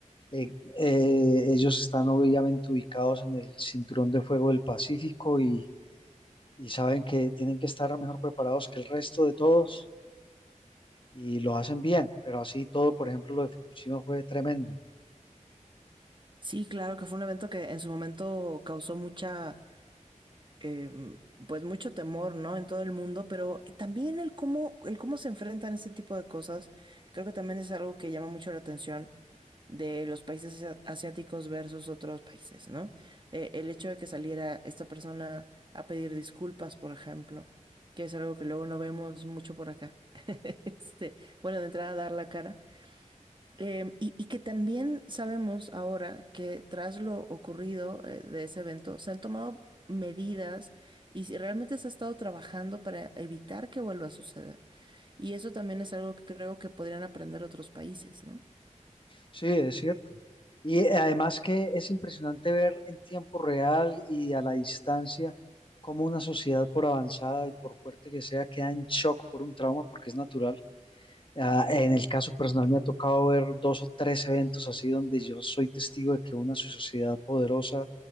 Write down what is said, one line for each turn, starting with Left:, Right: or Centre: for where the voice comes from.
Left: Eh, eh, ellos están obviamente ubicados en el cinturón de fuego del Pacífico y, y saben que tienen que estar mejor preparados que el resto de todos y lo hacen bien, pero así todo, por ejemplo, lo de Fukushima fue tremendo.
Right: Sí, claro que fue un evento que en su momento causó mucha em, pues mucho temor, ¿no? En todo el mundo, pero también el cómo, el cómo se enfrentan este tipo de cosas, creo que también es algo que llama mucho la atención de los países asia- asiáticos versus otros países, ¿no? Eh, el hecho de que saliera esta persona a pedir disculpas, por ejemplo, que es algo que luego no vemos mucho por acá. <laughs> Este, bueno, de entrada dar la cara, eh, y, y que también sabemos ahora que tras lo ocurrido eh, de ese evento se han tomado medidas y si realmente se ha estado trabajando para evitar que vuelva a suceder. Y eso también es algo que creo que podrían aprender otros países, ¿no?
Left: Sí, es cierto. Y eh, además que es impresionante ver en tiempo real y a la distancia cómo una sociedad, por avanzada y por fuerte que sea, queda en shock por un trauma, porque es natural. Ah, en el caso personal me ha tocado ver dos o tres eventos así donde yo soy testigo de que una sociedad poderosa